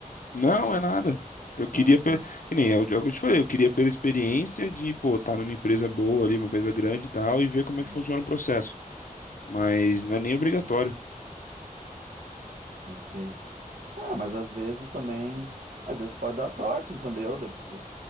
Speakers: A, on the left; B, on the right.
A: Não, é nada. Eu queria,
B: Ah,
A: pe-
B: tá.
A: que nem é o é o que eu te falei, eu queria pela experiência de, pô, estar numa empresa boa ali, uma empresa grande e tal, e ver como é
B: Sim.
A: que funciona o processo. Mas não é nem obrigatório.
B: Ok. Ah, mas às vezes também, às vezes pode dar sorte, entendeu? De- de-